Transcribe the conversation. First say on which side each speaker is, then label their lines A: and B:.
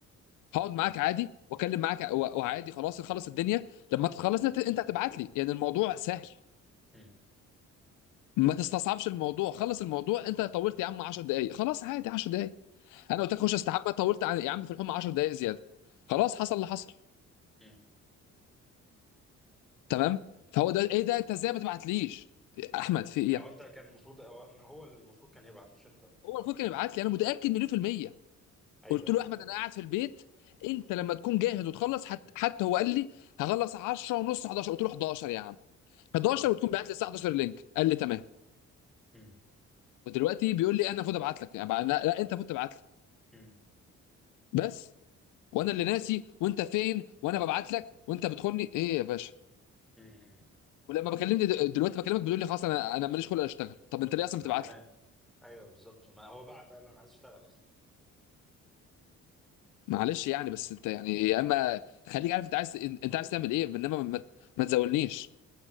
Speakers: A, on the left; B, in the centre.
A: هقعد معاك
B: امم
A: عادي واكلم معاك ع- و- وعادي خلاص نخلص الدنيا لما تخلص انت انت هتبعت لي يعني الموضوع سهل
B: امم
A: ما تستصعبش الموضوع خلص الموضوع انت طولت يا عم 10 دقائق خلاص عادي 10 دقائق انا قلت لك خش استحمى طولت عن- يا عم في الحمى 10 دقائق زياده خلاص حصل اللي حصل
B: امم
A: تمام فهو ده ايه ده انت ازاي ما تبعتليش احمد في ايه يا
B: لو
A: أحمد؟
B: انت كان المفروض اولا هو اللي المفروض كان يبعت مش انت
A: هو المفروض كان يبعت لي انا متاكد مليون في الميه
B: ايوه
A: قلت
B: ايوه
A: له احمد انا قاعد في البيت انت لما تكون جاهز وتخلص حتى حتى هو قال لي هخلص 10 ونص 11 قلت له 11 يا عم 11
B: امم
A: وتكون بعت لي الساعه 11 اللينك قال لي تمام
B: امم
A: ودلوقتي بيقول لي انا المفروض ابعت لك يعني لا, لا انت المفروض تبعت لي
B: امم
A: بس وانا اللي ناسي وانت فين وانا ببعت لك وانت بتخوني ايه يا باشا
B: امم
A: ولما بكلمني د- دلوقتي بكلمك بتقول لي خلاص انا انا ماليش خلق اشتغل طب انت ليه اصلا
B: انا
A: بتبعت
B: هنام
A: لي
B: ايوه بالظبط ما هو بعت قال انا عايز اشتغل اصلا
A: معلش يعني بس انت يعني يا اما خليك عارف انت عايز انت عايز تعمل ايه انما ما, ما تزولنيش